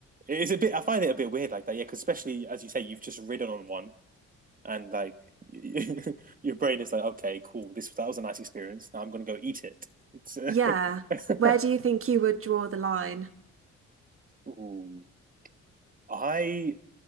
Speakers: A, on the right; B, on the right.
A: it is a bit. I find it a bit weird like that. Yeah, because especially as you say, you've just ridden on one, and like <laughs> your brain is like, okay, cool. This that was a nice experience. Now I'm gonna go eat it. It's uh...
B: Yeah. Where do you think you would draw the line?
A: <laughs> Ooh. I.